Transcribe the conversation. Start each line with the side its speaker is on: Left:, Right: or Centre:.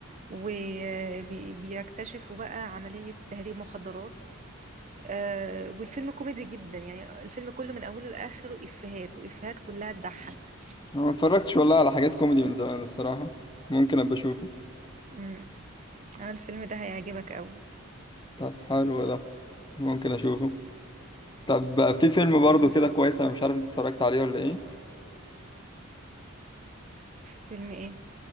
Right: وبيكتشفوا بقى عملية تهريب مخدرات آه، والفيلم كوميدي جدا يعني الفيلم كله من أوله لآخره إفيهات وإفيهات كلها تضحك
Left: أنا ما اتفرجتش والله على حاجات كوميدي من زمان الصراحه ممكن ابقى اشوفه
Right: مم. آه، الفيلم ده هيعجبك قوي
Left: طب حلو ده ممكن اشوفه طب في فيلم برضه
Right: مم.
Left: كده كويس انا مش عارف انت اتفرجت عليه ولا ايه
Right: فيلم إيه؟